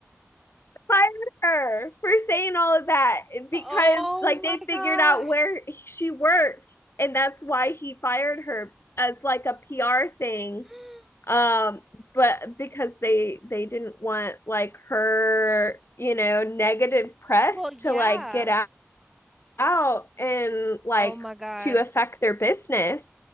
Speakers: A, on the left; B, in the centre.
A: fired her for saying all of that
B: Oh
A: because like
B: my
A: they
B: gosh.
A: figured out where she worked and that's why he fired her as like a PR thing
B: <gasps>
A: um but because they they didn't want like her you know negative press
B: Well, yeah.
A: to like get out and like
B: Oh my God.
A: to affect their business